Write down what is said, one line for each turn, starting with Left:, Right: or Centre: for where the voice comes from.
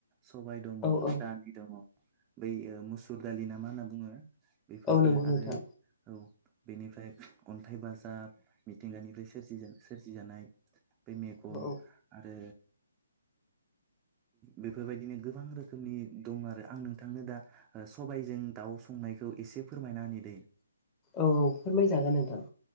Right: सबाय दङ,
Left: औ औ
Right: दालि दङ। बै मुसुर दालि ना मा होनना बुङो? बेफोरबो
Left: औ नंगौ नोंथां
Right: आरो औ। बेनिफ्राय अन्थाइ बाजाब मिथिंगानिफ्राय सोरजिजानाय माया मैं
Left: औ औ
Right: आरो बेफोरबायदिनो गोबां रोखोमनि दं आरो। आं नोंथांनो दा सबायजों दाउ संनायखौ एसे फोरमायना दैे।
Left: औ औ फोरमायजागोन नोंथां।